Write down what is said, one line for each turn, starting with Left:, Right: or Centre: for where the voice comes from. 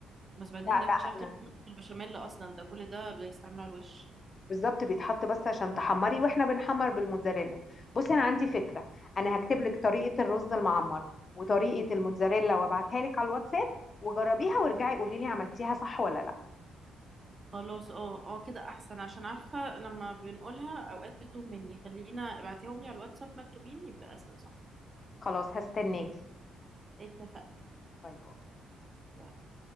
Right: بس بعدين
Left: لا
Right: ده اكتشفت
Left: لا انا
Right: ان في في البشاميل اصلا ده كل ده بيستعملوه على الوش
Left: بالظبط بيتحط بس عشان تحمري واحنا بنحمر بالموتزاريلا بصي انا عندي فكرة انا هكتب لك طريقة الرز المعمر وطريقة الموتزاريلا وابعتها لك على الواتساب وجربيها وارجعي قولي لي عملتيها صح ولا لا
Right: خلاص اه اه كده احسن عشان عارفه لما بنقولها اوقات بتوه مني خلينا ابعتيهم لي على الواتساب مكتوبين يبقى اسهل صح
Left: خلاص هستناكي
Right: إيه، اتفقنا
Left: باي باي
Right: باي.